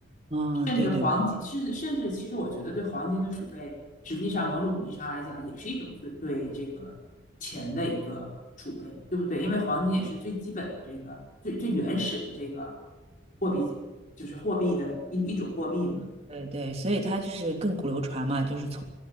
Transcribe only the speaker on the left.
甚至黄金，
甚至甚至其实我觉得对黄金的储备，实际上某种意义上来讲也是一种对对这个钱的一个储备，对不对？因为黄金也是最基本的这个最最原始的这个
货币就是货币的一一种货币嘛，